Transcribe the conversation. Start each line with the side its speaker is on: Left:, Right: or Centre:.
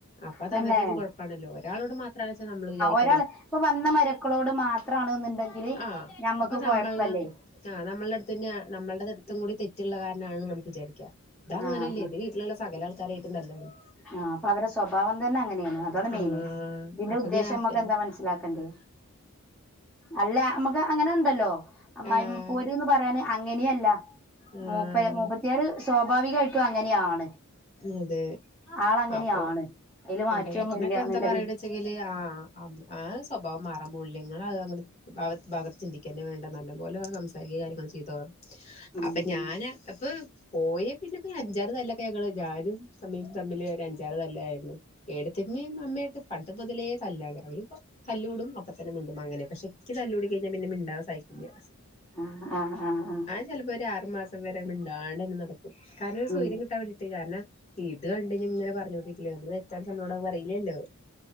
Left: അപ്പ അത്
Centre: തന്നെ
Left: അവരുടെ ഒരു കുഴപ്പാണല്ലോ ഒരാളോട് മാത്രണെച്ച നമ്മള് വിചാരിക്കും
Centre: ഒരാൾ ഇപ്പൊ വന്ന മരക്കളോട് മാത്രാണ് ഇണ്ടെങ്കില്
Left: ആഹ്
Centre: ഞമ്മക്ക്
Left: അപ്പൊ നമ്മള
Centre: കൊഴപ്പല്ലേ
Left: ആഹ് നമ്മൾടെ അടുത്ത് തന്നെ നമ്മളുടെ അടുത്തും കൂടി തെറ്റുള്ള കാരണാണെന്ന് നമുക്ക് വിചാരിക്കാം ഇത് അങ്ങനെയല്ലേ
Centre: ആഹ് ആഹ്
Left: ഇത് വീട്ടിലുള്ള സകല ആൾക്കാരായിട്ടും തല്ലൂടും
Centre: ആഹ് അപ്പൊ അവരെ സ്വഭാവം തന്നെ അങ്ങനെയാണ് അതാണ് മെയിന്
Left: ആഹ്
Centre: ഇതിന്റെ
Left: അപ്പൊ
Centre: ഉദ്ദേശം
Left: ഇങ്ങനെ ഹസ്ബൻഡ്
Centre: നമ്മക്കെന്താ മനസ്സിലാക്കണ്ടേ അല്ല നമുക്ക് അങ്ങനെ ഉണ്ടല്ലോ അമ്മായി
Left: ആഹ്
Centre: പോര്ന്ന് പറയാന് അങ്ങനെയല്ല
Left: ആഹ്
Centre: മുപ്പ മുപ്പത്തിയാറ് സ്വാഭാവികായിട്ടും അങ്ങനെയാണ്
Left: അതെ
Centre: ആളങ്ങനെയാണ്
Left: അപ്പൊ
Centre: അയില് മാറ്റൊന്നുല്ല
Left: ആഹ് ഏട്ടനൊക്കെ
Centre: എന്നുള്ളതിൽ
Left: എന്താ പറയ്ണ വ വെച്ചെങ്കില് ആഹ് ആഹ് സ്വഭാവം മാറാൻ പോണില്ല ഇങ്ങള് അത് ഭാ ഭാഗത്ത് ചിന്തിക്കന്നെ വേണ്ട നല്ല പോലെ സംസാരിക്കുക കാര്യങ്ങൾ ചെയ്തോ
Centre: ഉം
Left: അപ്പൊ ഞാന്
Centre: ഉം
Left: അപ്പൊ പോയി. പിന്നെ അഞ്ചാറ് തല്ലൊക്കെ ഞങ്ങള് ഞാനും അമ്മയും തമ്മിൽ അഞ്ചാറ് തല്ലായിരുന്നു. എടത്തിമ്മയും അമ്മായിട്ട് പണ്ട് മുതലേ തല്ലാണ് അവരിപ്പോ തല്ലൂ കൂടും അപ്പൊ തന്നെ മിണ്ടും അങ്ങനെ പക്ഷേ ഇൻക്ക് തല്ലൂടി കഴിഞ്ഞാ പിന്നെ മിണ്ടാൻ സയിക്കൂല്ല.
Centre: ആഹ് ആഹ് ആഹ് ആഹ്.
Left: ചെല്പ്പോ ഒരു ആറ് മാസം വരെ മിണ്ടാണ്ടങ്ങനെ നട്ക്കും കാരണം ഒരു സ്വയ്ര്യം
Centre: ഉം
Left: കിട്ടാൻ വേണ്ടീട്ട് കാരണം. ഇത് കണ്ട് കഴിഞ്ഞ ഇങ്ങനെ പറഞ്ഞോണ്ടിരിക്കില്ല നമ്മള് തെറ്റാ നമ്മളോട് അഹ് പറയില്ലല്ലോ.